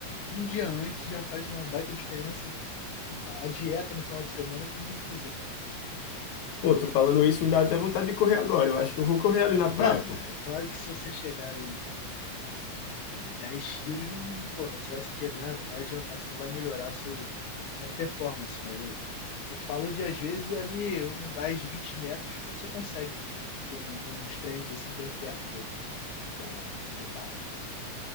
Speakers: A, on the left; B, on the left.
A: um dia antes já faz uma baita diferença. Uma- A dieta no final de semana também vai fazer, cara.
B: Pô, tô falando isso, me dá até vontade de correr agora. Eu acho que eu vou correr ali na praia,
A: Não,
B: pô.
A: né? É claro que se você chegar 10 tiros, não, porra, você vai se quebrar, não vai adiantar, você não vai melhorar seu, sua performance. Mas eu, eu falo de, às vezes, ali um gás de 20 metros você consegue com, com uns treinos assim bem perto do, da, do TAF, né?